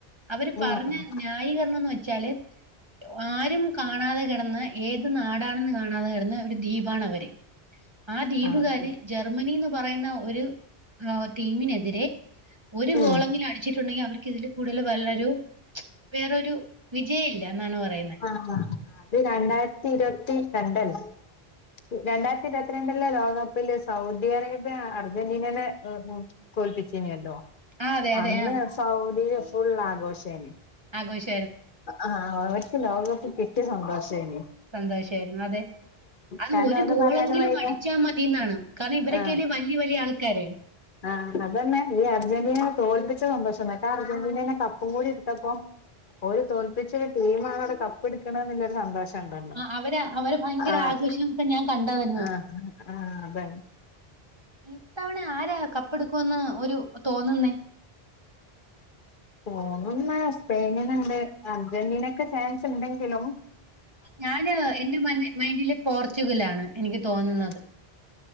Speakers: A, on the right; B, on the left.
A: അവര് പറഞ്ഞ
B: ആഹ് ആഹ്
A: ന്യായീകരണംന്ന് വെച്ചാല് ആരും കാണാതെ കിടന്ന ഏത് നാടാണെന്ന് കാണാതെ കിടന്ന ഒരു ദ്വീപാണ് അവര്. ആ ദ്വീപുകാര്
B: ആഹ്
A: ജർമ്മനിന്ന് പറയുന്ന ഒരു ടീമിനെതിരെ ഒരു
B: ഉം
A: ഗോളെങ്കിലും അടിച്ചിട്ടുണ്ടെങ്കി അവര്ക്ക് ഇതില് കൂടുതൽ <unintelligible> വേറൊരു വിജയല്ലന്നാണ് പറയുന്നെ
B: <unintelligible> ഇത് രണ്ടായിരത്തി ഇരുവത്തി രണ്ടല്ലേ രണ്ടായിരത്തി ഇരുവത്തിരണ്ടിലെ ലോകകപ്പില് സൗദി അറേബ്യ അർജന്റീനനെ തോൽപ്പിചീനിയല്ലോ.
A: ആഹ് അതെ അതെ
B: അന്ന്
A: ആഹ്
B: സൗദി ഫുൾ ആഘോഷേനി
A: ആഗോഷ്
B: ആ അവർക്ക് ലോകകപ്പ് കിട്ടിയ സന്തോഷേനി
A: സന്തോഷായിരുന്നു അതെ. അത്
B: കാരണം
A: ഒരു
B: ഓലെ
A: ഗോളെങ്കിലും
B: പറയാനും വയ്യ
A: അടിച്ചാ മതി ന്നാണ്. കാരണം ഇവരൊക്കെല്ലേ
B: ആ
A: വല്യ വലിയ ആൾക്കാര്
B: ആ അതന്നെ. ഈ അർജന്റീനനെ തോൽപ്പിച്ച സന്തോഷം. മറ്റാ അർജന്റീനനെ കപ്പും കൂടി എട്ത്തപ്പോ ഓര് തോൽപ്പിച്ചൊരു ടീമാ കപ്പ് ഇട്ക്ക്‌ണെന്ന്ല്ലരു സന്തോഷം. ഉണ്ടല്ലോ
A: ആ അവരെ അവര് ഭയങ്കര
B: ആഹ്
A: ആഘോഷം ഇപ്പൊ ഞാൻ കണ്ടതര്ന്നു.
B: ആഹ് ആഹ് അതന്നെ
A: ഇത്തവണ ആരാ കപ്പ് എടുക്കുമന്ന് ഒരു തോന്നുന്നേ
B: തോന്നുന്നേ സ്പെയിനിന്ണ്ട്. അർജന്റീനക്ക്‌ ചാൻസ് ഇണ്ടെങ്കിലും
A: ഞാന് എന്റെ മ മൈന്റില് പോർച്ചുഗലാണ് എനിക്ക് തോന്നുന്നത്.
B: ആഹ്